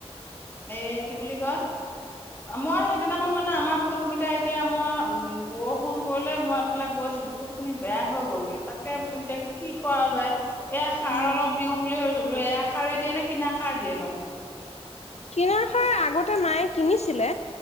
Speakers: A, on the left; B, on the left.
A: এ কি বুলি কয় মই সেইদিনাখন মানে আমাৰ ফুল কেইটা এতিয়া মই বৰষুণ পৰিলে মই এফালে গৈছিলো ফুল খিনি বেয়া হৈ গলগৈ তাকে বোলো এতিয়া কি কৰা যায়। এ সাৰ
B: উম
A: অলপ দিওঁ বুলি ভাবিছো। বোলো এ সাৰ দিয়ে ন কিনা সাৰ দিয়ে নো?
B: কিনা সাৰ আগতে ততে মায়ে কিনিছিলে